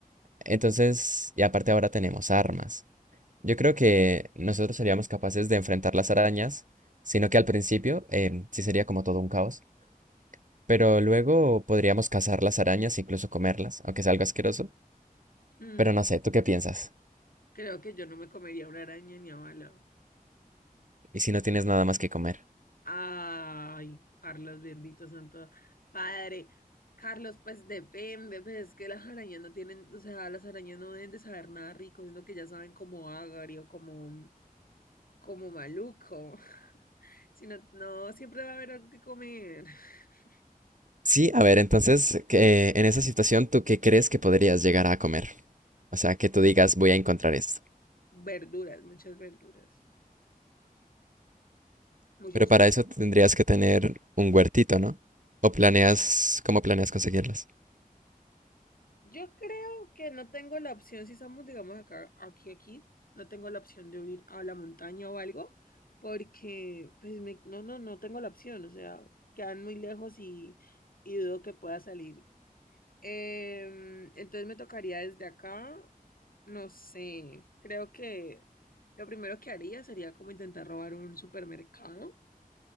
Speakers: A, on the right; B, on the left.
A: Entonces, y aparte ahora tenemos armas. Yo creo que nosotros seríamos capaces de enfrentar las arañas, sino que al principio em, sí sería como todo un caos, pero luego podríamos cazar las arañas, incluso comerlas, aunque sea algo asqueroso.
B: Mm,
A: Pero no sé, ¿tú qué piensas?
B: Creo que yo no me comería una araña ni a bala.
A: ¿Y si no tienes nada más que comer?
B: Ay, Carlos, bendito santo padre. Carlos, pues depende, pues es que las arañas no tienen, o sea, las arañas no deben de saber nada rico, sino que ya saben como agrio, como, como maluco. <laughs> Si no, no, siempre va a haber algo que comer. <laughs>
A: Sí, a ver, entonces, que, en esa situación, ¿tú qué crees que podrías llegar a comer? O sea, que tú digas, voy a encontrar esto.
B: Verduras, muchas verduras, muchos
A: Pero para
B: tubérculos.
A: eso tendrías que tener un huertito, ¿no? ¿O planeas, cómo planeas conseguirlas?
B: Yo creo que no tengo la opción, si estamos, digamos, acá, aquí, aquí, no tengo la opción de huir a la montaña o algo, porque, pues, me- no, no, no tengo la opción, o sea, quedan muy lejos y, y dudo que pueda salir. Em, entonces me tocaría desde acá, no sé, creo que lo primero que haría sería como intentar robar un supermercado